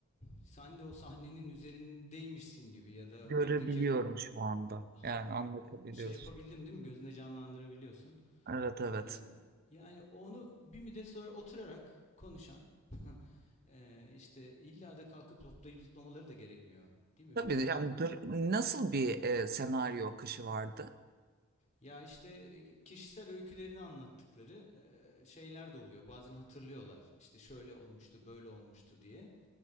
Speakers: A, on the left (about 30°); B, on the right (about 45°).
A: sen de o sahnenin üzerindeymişsin gibi ya da
B: Görebiliyorum
A: oradaki e,
B: şu anda.
A: ha,
B: Yani anlatabiliyorsun.
A: e, şey yapabildim değil mi? Gözünde canlandırabiliyorsun.
B: Evet evet.
A: Ee, yani onu bir müddet sonra oturarak konuşan <laughs> ee, işte illa da kalkıp toplayıp zıplamaları da gerekmiyor. Değil mi?
B: Tabii
A: Böyle
B: yani dur- nasıl bir e, senaryo akışı vardı?
A: ya işte kişisel öykülerini anlattıkları e, şeyler de oluyor. Bazen hatırlıyorlar. İşte şöyle olmuştu, böyle olmuştu diye.